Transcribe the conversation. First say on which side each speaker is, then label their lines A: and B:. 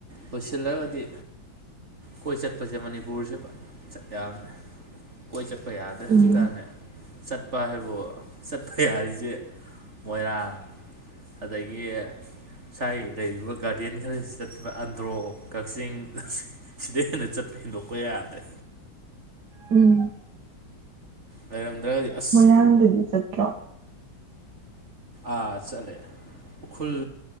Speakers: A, on the right; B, on the right.
A: ꯂꯣꯏꯁꯤꯜꯂꯒꯗꯤ ꯀꯣꯏ ꯆꯠꯄꯁꯦ ꯃꯅꯤꯄꯨꯔꯁꯦ ꯆꯠ ꯌꯥꯝꯃꯦ ꯀꯣꯏ ꯆꯠꯄ ꯌꯥꯗ꯭ꯔꯦ
B: ꯎꯝ
A: ꯍꯧꯖꯤꯛꯀꯥꯟꯅꯦ ꯆꯠꯄ ꯍꯥꯏꯕꯨ ꯆꯠꯄ ꯌꯥꯔꯤꯁꯦ ꯃꯣꯏꯔꯥꯡ ꯑꯗꯒꯤ ꯁꯥꯏ ꯂꯩꯔꯤꯕ ꯒꯥꯔꯗꯦꯟ ꯈꯔꯁꯤ ꯆꯠꯄ ꯑꯟꯗ꯭ꯔꯣ ꯀꯛꯆꯤꯡ ꯁꯤꯗꯩ ꯍꯦꯟꯅ ꯆꯠꯄ ꯍꯦꯟꯗꯣꯛꯄ ꯌꯥꯗ꯭ꯔꯦ
B: ꯎꯝ
A: ꯂꯩꯔꯝꯗ꯭ꯔꯒꯗꯤ ꯑꯁ
B: ꯃꯌꯥꯡꯗꯗꯤ ꯆꯠꯇ꯭ꯔꯣ
A: ꯑꯥ ꯆꯠꯂꯦ ꯎꯈ꯭ꯔꯨꯜ